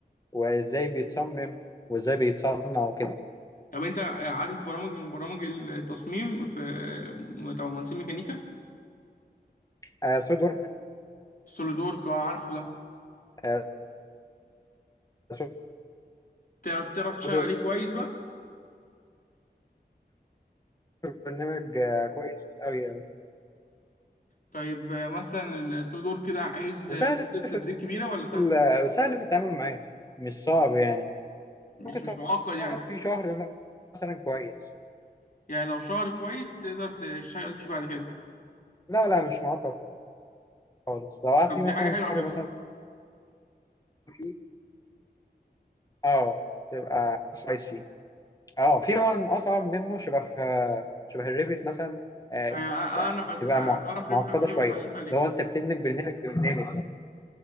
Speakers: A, on the left; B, on the left.
A: وازاي بيتصمم وازاي بيتصنع وكده
B: طب انت عارف برامج من برامج التصميم في تبع مهندسين ميكانيكا
A: آه سود ورك
B: سوليدورك اه عارفه ده
A: آه سود
B: تعرف تعرف تشتغل
A: ورك
B: عليه كويس بقى
A: برنامج آه كويس قوي يعني
B: طيب آه، مثلا السوليدورك ده عايز آه،
A: وسهل
B: مدة تدريب كبيرة ولا سهل
A: ال- وسهل في التعامل معاه مش صعب يعني
B: مش
A: ممكن
B: مش
A: تقعد
B: معقد يعني
A: فيه شهر مثلا كويس
B: يعني لو شهر كويس تقدر تشتغل فيه بعد كده
A: لا لا مش معقد خالص لو قعدت
B: طب
A: فيه
B: دي
A: مثلا
B: حاجة حلوة
A: شهر
B: على فكرة
A: مثلا فيه اه تبقى كويس فيه اه في طبعا اصعب منه شبه آه، شبه الريفت مثلا آه،
B: انا انا بت-
A: بتبقى مع-
B: بعرف
A: معقده
B: ريفت على فكرة
A: شويه
B: واتعلمت عليه
A: لو انت بتدمج برنامج برنامج